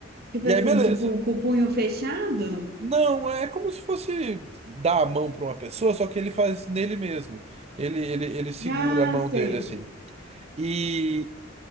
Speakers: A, on the right; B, on the right.
A: Tipo
B: E
A: assim,
B: aí, beleza.
A: tipo com o punho fechado.
B: Não, é como se fosse dar a mão para uma pessoa, só que ele faz nele mesmo. Ele, ele, ele segura
A: Ah,
B: a mão dele
A: sei.
B: assim. E,